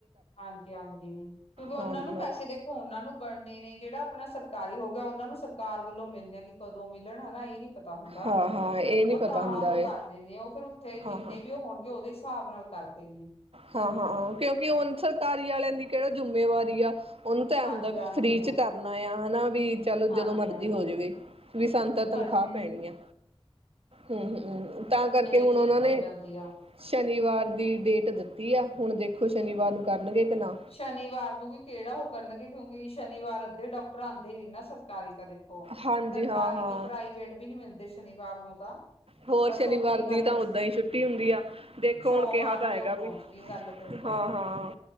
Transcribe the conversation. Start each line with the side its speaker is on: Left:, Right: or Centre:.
Left: ਹਾਂਜੀ ਹਾਂਜੀ ਕਿਉਂਕਿ ਉਹਨਾਂ
Right: ਹਾਂਜੀ
Left: ਨੂੰ ਪੈਸੇ
Right: ਹਾਂ
Left: ਦੇਖੋ ਉਹਨਾਂ ਨੂੰ ਬਣਨੇ ਨੇ ਜਿਹੜਾ ਆਪਣਾ ਸਰਕਾਰੀ ਹੋ। ਉਹਨਾਂ ਨੂੰ ਸਰਕਾਰ ਵੱਲੋਂ ਮਿਲਦੇ ਕਿ ਕਦੋਂ ਮਿਲਣ ਹੈ ਨਾ ਇਹ ਨਹੀਂ। ਪਤਾ ਹੁੰਦਾ
Right: ਹਾਂ ਹਾਂ ਇਹ ਨੀ
Left: ਉਹ
Right: ਪਤਾ
Left: ਤਾਂ
Right: ਹੁੰਦਾ
Left: ਉਹ
Right: ਇਹ
Left: ਕਰਦੇ ਨੇ ਉਹ ਫਿਰ ਉੱਥੇ
Right: ਹਾਂ
Left: ਜਿੰਨੇ
Right: ਹਾਂ
Left: ਵੀ ਉਹ ਹੋਣਗੇ ਉਹਦੇ ਹਿਸਾਬ ਨਾਲ ਕਰਦੇ ਵੀ ਨੇ।
Right: ਹਾਂ ਹਾਂ ਕਿਉਂਕਿ ਹੁਣ ਸਰਕਾਰੀ ਵਾਲਿਆਂ ਦੀ ਕਿਹੜਾ ਜਿੰਮੇਵਾਰੀ ਆ। ਉਹਨੂੰ ਤਾਂ ਇਹ
Left: ਹਾਂਜੀ
Right: ਹੁੰਦਾ ਵੀ
Left: ਹਾਂਜੀ
Right: ਫਰੀ ਚ
Left: ਹਾਂ।
Right: ਕਰਨਾ ਆ ਹਨਾ। ਵੀ ਚੱਲ
Left: ਹਾਂਜੀ
Right: ਜਦੋਂ ਮਰਜੀ
Left: ਹਾਂਜੀ
Right: ਹੋ ਜਾਵੇ ਵੀ ਸਾਨੂੰ ਤਾਂ ਤਨਖਾਹ
Left: ਹਾਂਜੀ
Right: ਪੈਣੀ ਆ। ਹਮ ਹਮ ਤਾਂ ਕਰਕੇ
Left: ਇਹ
Right: ਹੁਣ
Left: ਚੀਜ਼
Right: ਉਹਨਾਂ
Left: ਹੋ
Right: ਨੇ।
Left: ਜਾਂਦੀ ਆ
Right: ਸ਼ਨੀਵਾਰ ਦੀ ਡੇਟ ਦਿੱਤੀ ਆ ਹੁਣ ਦੇਖੋ। ਸ਼ਨੀਵਾਰ ਨੂੰ ਕਰਨਗੇ
Left: ਅੱਛਾ
Right: ਕਿ ਨਾ
Left: ਸ਼ਨੀਵਾਰ ਨੂੰ ਵੀ ਕਿਹੜਾ ਹੋ। ਕਰਨਗੇ ਕਿਉਂਕਿ ਸ਼ਨੀਵਾਰ ਅੱਧੇ ਡਾਕਟਰ ਆਉਂਦੇ ਨੇ ਨਾ ਸਰਕਾਰੀ। ਤਾਂ ਦੇਖੋ
Right: ਹਾਂਜੀ
Left: ਸਰਕਾਰੀ
Right: ਹਾਂ ਹਾਂ
Left: ਕਿ ਪ੍ਰਾਈਵੇਟ ਵੀ ਨੀ ਮਿਲਦੇ ਸ਼ਨੀਵਾਰ ਨੂੰ ਤਾਂ।
Right: ਹੋਰ
Left: ਬਸ
Right: ਸ਼ਨੀਵਾਰ
Left: ਉੱਥੇ ਹੀ ਗੱਲ
Right: ਦੀ ਤਾਂ ਓਦਾਂ ਹੀ ਛੁੱਟੀ ਹੁੰਦੀ ਆ ਦੇਖੋ
Left: ਸੋਮਵਾਰ
Right: ਹੁਣ ਕਿਹਾ ਤਾਂ
Left: ਤੇ
Right: ਹੈਗਾ
Left: ਉਹ ਪਹੁੰਚ
Right: ਵੀ।
Left: ਗਈ ਗੱਲ ਫੇਰ ਤਾਂ
Right: ਹਾਂ ਹਾਂ।